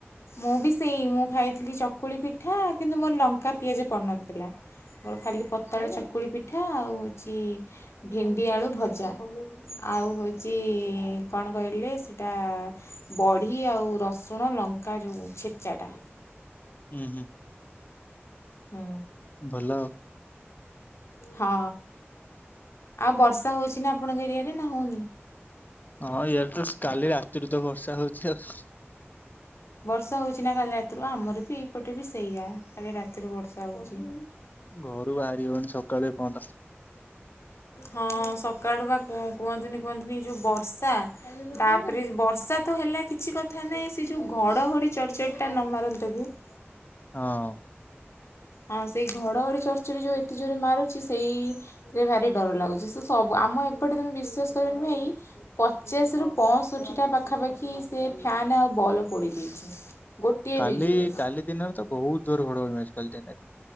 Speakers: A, on the left; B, on the left.
A: ମୁଁ ବି ସେଇ ମୁଁ ଖାଇଥିଲି ଚକୁଳି ପିଠା କିନ୍ତୁ ମୋର ଲଙ୍କା ପିଆଜ ପଡୁନଥିଲା। ମୋର ଖାଲି ପତଳା ଚକୁଳି ପିଠା ଆଉ ହଉଛି ଭେଣ୍ଡି ଆଳୁ ଭଜା। ଆଉ ହଉଛି କଣ କହିଲେ ସେଟା ବଢ଼ି ଆଉ ରସୁଣ ଲଙ୍କା ଯୋଉ ଛେଚାଟା।
B: ଉଁ, ହୁଁ।
A: ହୁଁ
B: ଭଲ।
A: ହଁ, ଆଉ ବର୍ଷା ହଉଛି ନା ଆପଣଙ୍କ ଏରିଆରେ ନା ହଉନି?
B: ହଁ ଇଆଡ଼ ତ କାଲି ରାତିରୁ ତ ବର୍ଷା ହଉଛି ଆଉ।
A: ବର୍ଷା ହଉଛି ନା କାଲି ରାତିରୁ ଆମର ବି ଏଇପଟେ ବି ସେଇଆ, କାଲି ରାତିରୁ ବର୍ଷା ହଉଛି।
B: ଘରୁ ବାହାରି ହଉନି ସକାଳୁ ଏପଅନ୍ତ।
A: ହଁ ସକାଳୁ ବା କୁଉଁ କୁଅଁନ୍ତୁନି କୁଅଁନ୍ତୁନି ଏ ଯୋଉ ବର୍ଷା ତାପରେ ବର୍ଷା ତ ହେଲା କିଛି କଥା ନାହିଁ ସେ ଯୋଉ ଘଡ଼ଘଡ଼ି ଚଡ଼ଚଡ଼ିଟା ନ ମାରନ୍ତା କି। <inaudible>
B: ହଁ।
A: ହଁ ସେଇ ଘଡ଼ଘଡ଼ି ଚରଚରି ଯୋଉ ଏତେ ଜୋରେ ମାରୁ ଚି ସେଇଥିରେ ଭାରି ଡର ଲାଗୁଛି ସେ ସବୁ ଆମ ଏପଟେ ତୁମେ ବିଶ୍ୱାସ କରିବନି ଭାଇ ପଚାଶରୁ ପଞ୍ଚଷଠିଟା ପାଖାପାଖି ସେ ଫ୍ୟାନ୍ ଆଉ ବଲ୍ ପୋଡ଼ି ଦେଇଛି। ଗୋଟିଏ
B: କାଲି
A: ବିଜୁଳି।
B: କାଲି ଦିନରେ ତ ବହୁତ ଜୋର ଘଡଘଡି ମାରିଚି କାଲି ଦିନରେ।